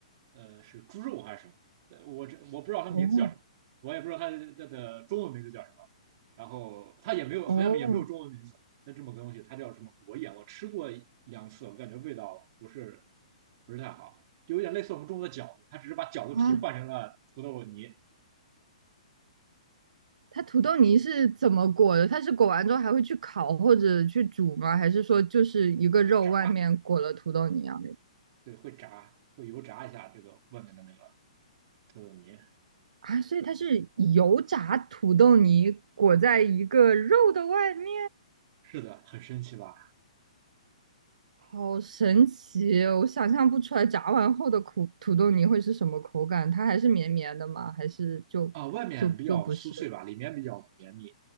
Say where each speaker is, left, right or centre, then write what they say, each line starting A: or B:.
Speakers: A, on the right (about 40°); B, on the right (about 75°).
A: 呃，是猪肉还是什么？呃我这我不知道它名字叫什么，
B: 哦
A: 我也不知道它的它的中文名字叫什么。然后它也没有，
B: 哦
A: 好像也没有中文名字。那这么个东西，它叫什么国宴？我吃过两次，我感觉味道不是不是太好，就有点类似我们中国的饺子，它只是把饺子皮换成了土豆泥，
B: 啊，它土豆泥是怎么裹的？它是裹完之后还会去烤或者去煮吗？还是说就是一个肉外面裹了土豆泥啊？
A: 炸，对，会炸，会油炸一下这个外面的那个。土豆泥
B: 啊，所以它是油炸土豆泥裹在一个肉的外面，
A: 是的，很神奇吧？
B: 好神奇哦我想象不出来炸完后的苦土豆泥会是什么口感，它还是绵绵的吗？还是就就就不是？
A: 啊，外面比较酥脆吧，里面比较绵密。